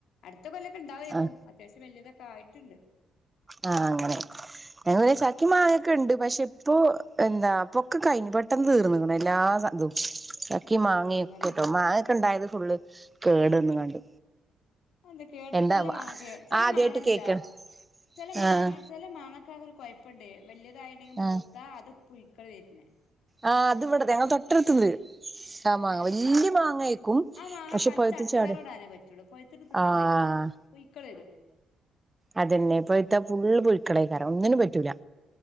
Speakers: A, on the left (about 75°); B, on the right (about 15°).
A: അടുത്ത കൊല്ലൊക്കെ ഉണ്ടാവേക്കും
B: ആ
A: അത്യാവശ്യം വല്ല്യതക്കെ ആയിട്ടുണ്ട്
B: ആഹ് അങ്ങനെ ഞങ്ങക്ക് ചക്കി മാങ്ങൊക്കെ ഉണ്ട് പക്ഷെ ഇപ്പോ എന്താ പൊക്കെ കഴിഞ്ഞു പെട്ടെന്ന് തീർന്നണം എല്ലാം <unintelligible> ചക്കി
A: കാലം
B: മാങ്ങൊക്കെട്ടോ
A: തീർന്നല്ലേ
B: മാങ്ങൊക്കെ ഇണ്ടായത് ഫുള്ള് കേടന്ന് കണ്ട്
A: എന്ത കേട്
B: എന്താവ
A: നല്ല മാങ്ങ കേട് ചെല
B: ആദ്യായിട്ട്
A: മാങ്ങണ്ടല്ലോ
B: കേക്കാണ്
A: ചെല മാങ്ങ
B: ആഹ്
A: ചെല മാങ്ങക്കര് കുഴപ്പുണ്ട് വല്ല്യതായിട്ടണ്ടെങ്കിൽ മൂത്താ
B: ആഹ്
A: അത്ഴിക്കും ക്കള് വരണ്
B: ആഹ് അത് ഇവിടെത്തെ ഞാൻ തൊട്ടടുത്തര് ആഹ്
A: അങ്ങനെണ്ട്
B: മാങ്ങ വല്യ മാങ്ങ ആക്കും
A: ആ മാങ്ങ
B: പക്ഷെ
A: പച്ച
B: പഴത്ത
A: അച്ചാറിടാനേ
B: ചാടെ
A: പറ്റുള്ളൂ പഴുത്തിട്ട് തിന്നാൻ
B: ആഹ്
A: കഴിയൂല പുഴുക്കള് വരും
B: അത് തന്നെ ഇപ്പഴത്തെ ഫുള്ള് പുഴക്കളേക്കറ ഒന്നിനും പറ്റൂല